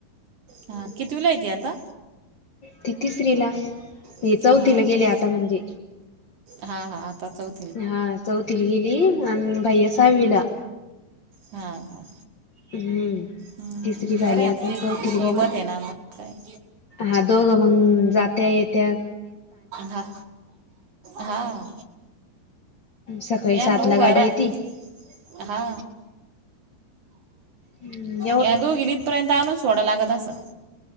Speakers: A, on the right (about 55°); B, on the left (about 75°).
A: हा कितवीला आहे ती आता?
B: ती तिसरीला. ती
A: हा
B: चौथीला गेली
A: का
B: आता म्हणजे
A: हा हा आता चौथ
B: हा चौथीला गेली आणि भैय्या सहावीला.
A: हा हा.
B: हम्म
A: हम्म,
B: तिसरी झाली
A: बरं
B: आता
A: ते
B: चौथीला
A: सोबत
B: गेला.
A: आहे ना मग काय.
B: हा दोघं मग जात्या-येत्या.
A: हा हा.
B: सकाळी
A: यांना
B: सात
A: उभा
B: ला गाडी
A: राहा
B: येते.
A: हा.
B: हम्म.
A: या दोघीली इथपर्यंत आणून सोडं लागत असं.